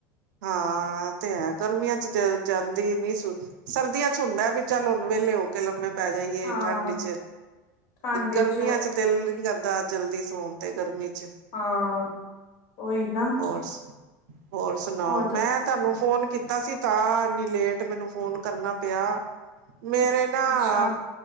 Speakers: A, on the right (about 80°); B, on the left (about 70°).
A: ਹਾਂ, ਤੇ ਹੈ ਗਰਮੀਆਂ'ਚ ਜ ਜਲਦੀ ਨੀ ਸੁ ਸਰਦੀਆਂ ਚ ਹੁੰਦਾ ਵੀ ਚੱਲ ਹੁਣ ਵੇਲੇ ਹੋ- ਕੇ ਲੰਮੇ ਪੈ ਜਾਈਏ
B: ਹਾਂ
A: ਠੰਡ'ਚ,
B: ਠੰਡ
A: ਗਰਮੀਆਂ'ਚ
B: ਚ
A: ਦਿਲ ਨ ਕਰਦਾ ਜਲਦੀ ਸੋਣ ਤੇ ਗਰਮੀ'ਚ।
B: ਹਾਂ, ਉਹੀ ਨਾ।
A: ਹੋਰ ਹੋਰ ਸੁਣਾਓ?
B: ਹੋਰ
A: ਮੈਂ ਤੁਹਾਨੂੰ ਫੋਨ ਕੀਤਾ ਸੀ ਤਾਂ, ਇੰਨੀ ਲੇਟ ਮੈਨੂੰ ਫੋਨ ਕਰਨਾ ਪਿਆ। ਮੇਰੇ ਨਾ
B: ਅੱਛਾ